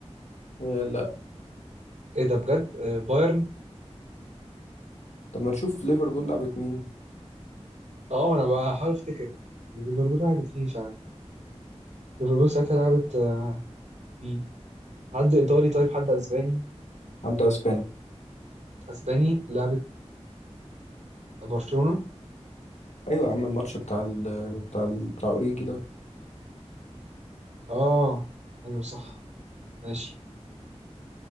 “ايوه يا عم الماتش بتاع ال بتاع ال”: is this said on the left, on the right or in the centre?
Left